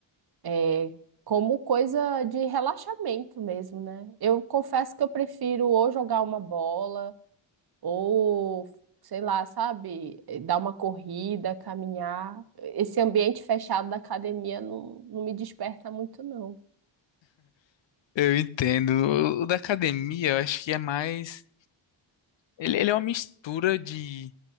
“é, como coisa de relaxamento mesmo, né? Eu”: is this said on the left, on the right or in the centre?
Right